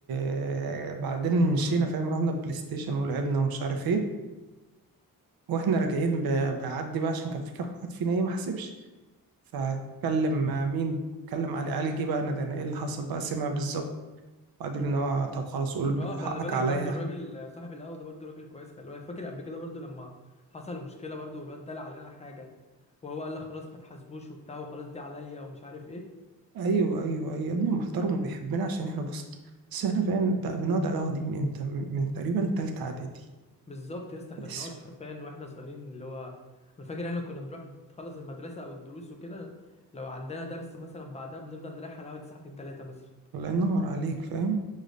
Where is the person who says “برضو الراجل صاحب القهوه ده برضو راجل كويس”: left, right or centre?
Left